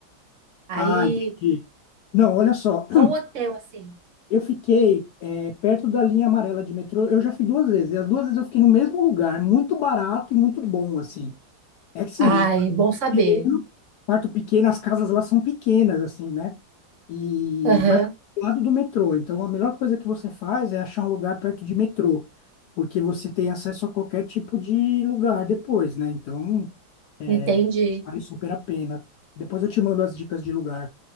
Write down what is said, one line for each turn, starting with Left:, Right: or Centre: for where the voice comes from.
Right: Aí,
Left: Ah, entendi. Não, olha só. <clears throat>
Right: qual hotel, assim?
Left: Eu fiquei é, perto da linha amarela de metrô. Eu já fui duas vezes. E as duas vezes eu fiquei no mesmo lugar, muito barato e muito bom, assim. É que sim,
Right: Ai,
Left: quarto
Right: bom saber.
Left: pequeno, quarto pequeno, as casas lá são pequenas, assim, né? E,
Right: Aham,
Left: mas do lado do metrô. Então, a melhor coisa que você faz é achar um lugar perto de metrô, porque você tem acesso a qualquer tipo de lugar depois, né? Então, é,
Right: entendi.
Left: vale super a pena. Depois eu te mando as dicas de lugar.